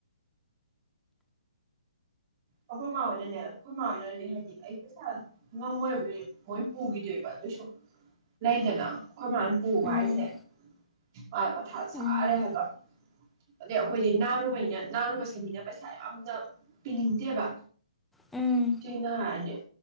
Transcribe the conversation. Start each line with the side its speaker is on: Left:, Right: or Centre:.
Right: ꯑꯩꯈ‌ꯦꯏ ꯃꯥꯥ ꯍ‌ꯣꯏꯅ ꯅ‌ꯦ ꯑꯈ‌ꯣꯏ ꯃꯥꯥꯅꯅ‌ꯦ ꯍꯥꯏꯗꯤ ꯑꯩ ꯄꯩꯁꯥ ꯉꯝꯃꯣꯏ ꯍꯥꯏꯕꯩ ꯃꯣꯏ ꯄꯨꯒꯤꯗ‌ꯦꯕꯥ ꯑꯗꯨꯏꯁꯨ ꯂꯩꯗꯅꯥ ꯑꯩꯈꯣꯏꯃꯥꯟ ꯄꯨꯕ
Centre: ꯎꯝ
Right: ꯍꯥꯏꯁꯦ ꯃꯥ ꯃꯊꯥꯗ ꯁꯥꯔꯦ
Centre: ꯎꯝ
Right: ꯍꯥꯏꯕ ꯑꯗꯩ ꯑꯩꯈꯣꯏꯗꯤ ꯅꯥꯔꯨꯕꯩꯅ ꯅꯥꯔꯨꯕꯁꯦ ꯃꯤꯅ ꯄꯩꯁꯥ ꯌꯥꯝꯅꯥ ꯄꯤꯅꯤꯡꯗꯦꯕꯥ
Centre: ꯎꯝ
Right: ꯆꯩꯅꯥ ꯍꯥꯏꯔꯗꯤ